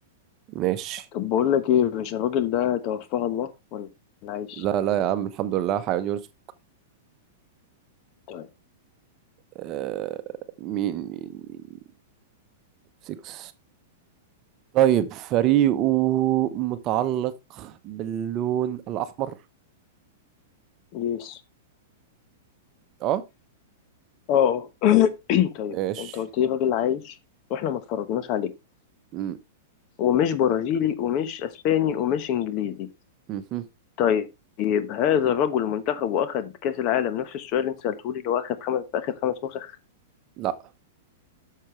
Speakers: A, on the right; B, on the left.
A: ماشي
B: طب بقول لك ايه يا باشا الراجل ده توفاه الله ولا عايش
A: لا لا يا عم الحمد لله حيوان يرزق
B: طيب
A: آه مين مين مين 6 طيب فريقه متعلق باللون الأحمر
B: يس
A: اه
B: اه آه. <coughs> <clears throat> طيب
A: ماشي
B: انت قلت لي راجل عايش واحنا ما اتفرجناش عليه
A: مم.
B: ومش برازيلي ومش اسباني ومش انجليزي
A: مهم.
B: طيب هذا الرجل منتخب واخد كاس العالم نفس السؤال اللي انت سالته لي اللي هو اخد خمس في اخر خمس نسخ
A: لا